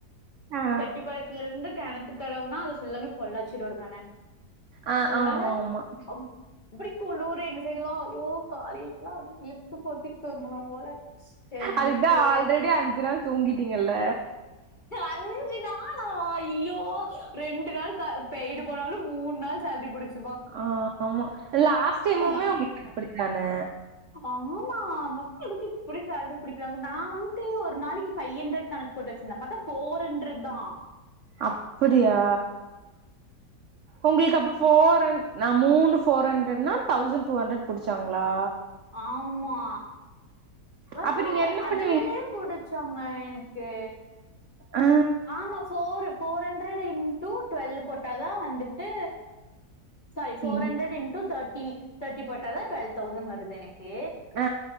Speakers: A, on the right; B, on the left.
A: ஆ
B: செட்டிப்பாளையத்ல இருந்து கெணத்து கடவுனா ஃபுல்லாமே பொள்ளாச்சி ரோடு தான
A: ஆ
B: அதனால
A: ஆமா ஆமா
B: சம் குளூரு எங்க சைட்ல்லா ஐயோ காலைலலா அப்டி இழுத்து போத்தி தூங்கனு போல எந்திரிக்கவே
A: அதுக்குதா ஆல்ரெடி அஞ்சு நாள் தூங்கிட்டீங்கல்ல
B: அஞ்சு நாள் ஐயோ ரெண்டு நாள் கா பெய்டு போனாலு மூன் நாள் சேலரி புடிச்சு
A: ஆ ஆமா லாஸ்ட் டைமுமே
B: அப்ப அந்த
A: உங்களுக்கு அப்டித்தான
B: ஆமா <unintelligible> எதுக்கு இப்டி சாலரி புடிக்குறாங்க நா வந்து ஒரு நாளைக்கு ஃபைவ் ஹண்ட்ரட் கணக் போட்டு வச்சிருந்த பாத்தா ஃபோர் ஹண்ட்ரட்தா
A: அப்டியா உங்களுக்கு அப்போ ஃபோர் ஹ நா மூணு ஃபோர் ஹண்ட்ரட்னா தௌசண்ட் டூ ஹண்ட்ரட் புடிச்சாங்ளா
B: ஆமா வ
A: அப்ப
B: ஹ
A: நீங்க என்ன
B: அதை
A: பண்ணுவீங்க
B: விடே புடிச்சாங்க எனக்கு
A: ஆ
B: ஆமா four four hundred into twelve போட்டாதா வந்துட்டு sorry four
A: in
B: hundred into thirty thirty போட்டாதா டுவெல் தௌசண்ட் வருது எனக்கு
A: அ